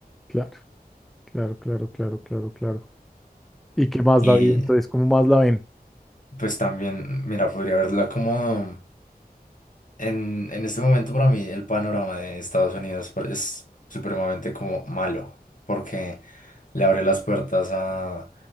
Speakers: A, in the centre; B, on the left.
A: Claro, claro, claro, claro, claro, claro. ¿Y qué más,
B: Y
A: David? Entonces, ¿cómo más la ven?
B: pues también, mira, podría verla como... En, en este momento para mí el panorama de Estados Unidos pa- es supremamente como malo, porque le abre las puertas a,